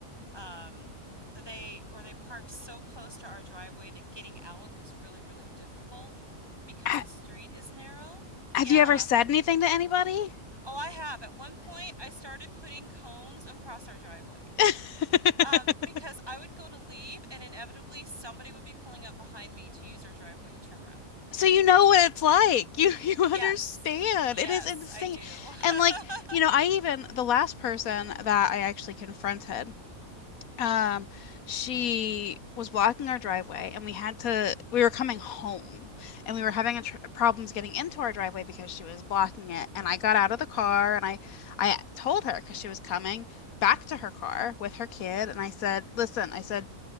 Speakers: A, on the right; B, on the left.
A: um, they or they park so close to our driveway that getting out is really, really difficult because
B: Ha-
A: the street is narrow. Yeah.
B: have you ever said anything to anybody?
A: Oh, I have. At one point, I started putting cones across our driveway,
B: <laughs>
A: um, because I would go to leave and inevitably somebody would be pulling up behind me to use our driveway to turn around.
B: So you know what it's like. You <laughs> you
A: Yes.
B: understand.
A: Yes,
B: It is insane.
A: I do.
B: And like,
A: <laughs>
B: you know, I even the last person that I actually confronted Um, she was blocking our driveway, and we had to. We were coming home, and we were having a tr problems getting into our driveway because she was blocking it. And I got out of
A: Mhm.
B: the car, and I, I told her because she was coming back to her car with her kid, and I said, "Listen," I said,